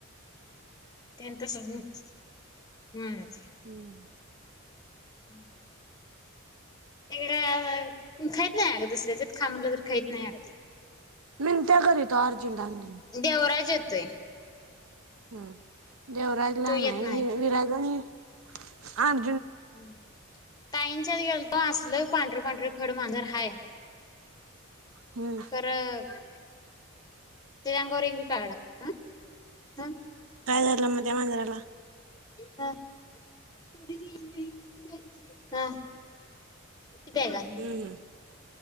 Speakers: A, on the left (about 20°); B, on the right (about 80°).
A: तेनी तसंच म्हणत्यात. हम.
B: हम्म.
A: हम्म. ते काय खाइत नाई अग दुसऱ्याच्यात खां म्हटल, तर खाईत नाही अग ते.
B: मिनत्या करीतो आर- <unintelligible>
A: देवराज येतोय.
B: हम्म. देवराजला
A: तो येत
B: नाही वि विराजला मी. आन.
A: हम् ताईंच्यात गेलतो असलं पांढर, पांढर खड मांजार हाय.
B: हम्म
A: खरं अ. तेच्या अंगावर एक बी काळा डाग हा हम्.
B: काय झाल म त्या मांजराला?
A: हा. <unintelligible> हा. कीती ब्यागा?
B: हम्म